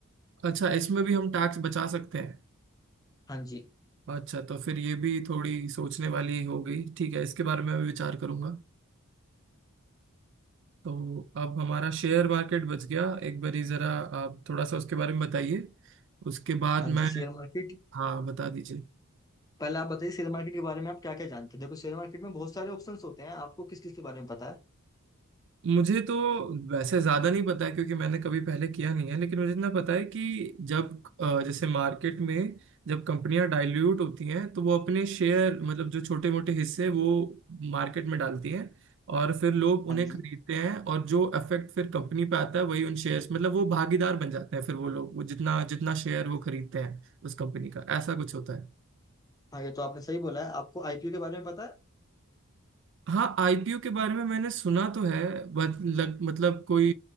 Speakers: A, on the right; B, on the left.
A: अच्छा इसमें भी हम टैक्स बचा सकते हैं
B: हाँ जी
A: अच्छा तो फिर ये भी थोड़ी सोचने वाली हो गई ठीक है इसके बारे में मैं विचार करूंगा तो अब हमारा शेयर मार्केट बच गया एक बारी जरा आप थोड़ा सा उसके बारे में बताइए उसके बाद
B: हाँ जी
A: मैं
B: शेयर मार्केट
A: हाँ बता दीजिए
B: पहले आप बताइए शेयर मार्केट के बारे में आप क्या क्या जानते हैं देखो शेयर मार्केट में बहुत सारे ऑप्शंस होते हैं आपको किस किस के बारे में पता है
A: मुझे तो वैसे ज्यादा नहीं पता है क्योंकि मैंने कभी पहले किया नहीं है लेकिन मुझे इतना पता है कि जब अ, जैसे मार्केट में जब कंपनियां डाइल्यूट होती हैं तो वो अपने शेयर मतलब जो छोटे मोटे हिस्से वो मार्केट में डालती हैं और फिर लोग उन्हें
B: हाँ जी
A: खरीदते हैं और जो इफेक्ट फिर कंपनी पे आता है वही उन शेयर्स मतलब वो भागीदार बन जाते हैं फिर वो लोग वो जितना जितना शेयर वो खरीदते हैं उस कंपनी का ऐसा कुछ होता है
B: हाँ ये तो आपने सही बोला है आपको आईपीओ के बारे में पता है
A: हाँ आईपीओ के बारे में मैंने सुना तो है बट लग, मतलब कोई